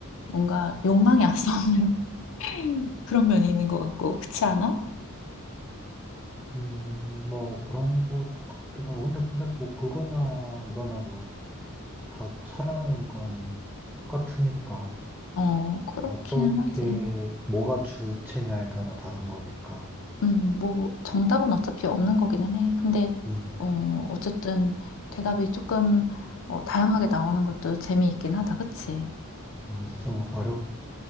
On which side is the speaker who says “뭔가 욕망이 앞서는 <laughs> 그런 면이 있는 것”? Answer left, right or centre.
Left